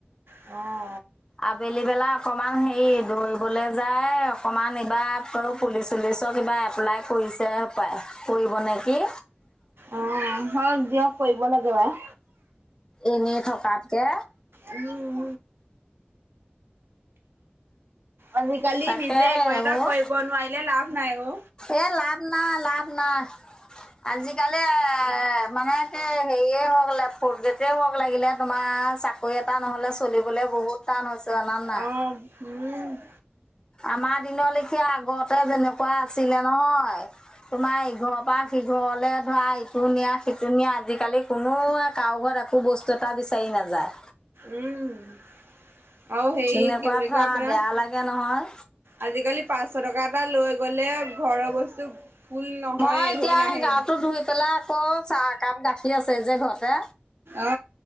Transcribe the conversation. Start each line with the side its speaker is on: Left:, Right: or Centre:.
Right: অ
Left: আবেলি বেলা অকমান হেৰি দৌৰিবলে যায় অকনমান এইবাৰ পুলিচ চুলিচত? কিবা এপ্লাই কৰিছে সপায়, কৰিব নে কি?
Right: অ, হক দিয়ক কৰিব লাগে পায়?
Left: এনেই থকাতকে?
Right: উম আজিকালি
Left: তাকেহে
Right: নিজে একো এটা
Left: অ',
Right: কৰিব নোৱাৰিলে লাভ নাই অ
Left: এ লাভ নাই লাভ নাই আজিকালি এ? এ মানে এ হেৰিয়ে হওক লা ফৰ্থ গ্ৰেডে হওক লাগিলে তোমা চাকৰি এটা? টা নহলে চলিবলে বহুত টান হৈছে জানা নাই
Right: অ উম
Left: আমাৰ দিন লেখীয়া আগতে যেনেকুৱা আছিলে নহয়, তোমা ইঘৰৰ পা সিঘৰলে ধৰা ইটো নিয়া সিটো নিয়া! আজিকালি কোনোৱে কাৰো ঘৰত একো বস্তু এট টা বিচাৰি নাযায়?
Right: উম আৰু হেই
Left: তেনেকুৱা
Right: কি বুলি
Left: ধৰা
Right: কয় আপোনাৰ?
Left: বেয়া লাগে নহয়।
Right: আজিকালি পাঁচশ টকা এটা লৈ গ'লে ঘৰৰ বস্তু, ফুল নহয়
Left: মই এতিয়া
Right: হৈ নাহে
Left: হেই গাটো ধুই পেলায় আকৌ চাহ একাপ গাখীৰ আছে যে ঘৰতে
Right: অ